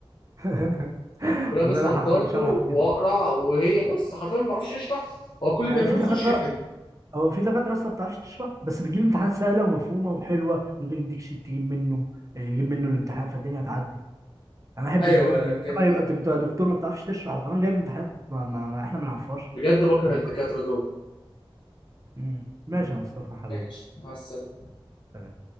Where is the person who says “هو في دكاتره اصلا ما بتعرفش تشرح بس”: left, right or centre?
Right